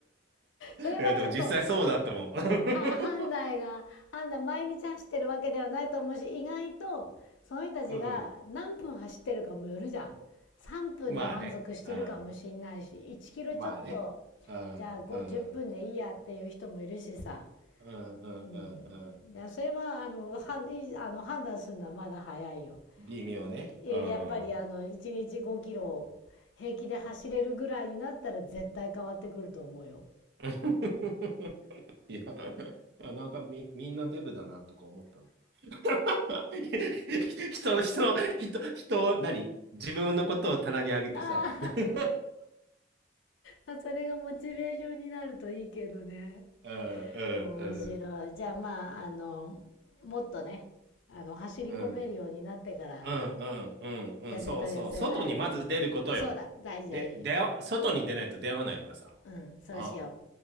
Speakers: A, on the left; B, on the right.
A: それはちょっと
B: いや、でも実際そうだったもん。<laughs>
A: 判断が判断毎日走ってるわけではないと思うし意外とその人たちが何分走ってるかもよるじゃん3分で満足してるかもしんないし1キロちょっと
B: うん。まあね。うん。まあね。うん。
A: じゃあ5
B: うん。
A: 10分でいいやっていう人もいるしさ、
B: うん。うん。
A: うん、
B: うんうん
A: だからそれはあのはあの判断するのはまだ早いよ。
B: 微妙ね。
A: やっぱりあの1日5キロを平気で走れるぐらいになったら絶対変わってくると思うよ。
B: うん。<laughs> いや、いやなんかみ、みんなデブだなとか思ったんだよ。<laughs> 人の、人の、人、人を、何自分のことを棚に上げてさ。
A: あ
B: <laughs> う
A: あ <laughs> それがモチベーションになるといいけどね。
B: ん、うん、
A: 面白い。じゃあまああのもっとねあの走り込めるようになってから
B: うん、うん。うんうんうんうん、
A: 痩せた痩せないを
B: そうそう。外にまず出ることよ。
A: そうだ大事大事
B: で、出よ、外に出ないと出会わないからさ。
A: うんそうしよ
B: あ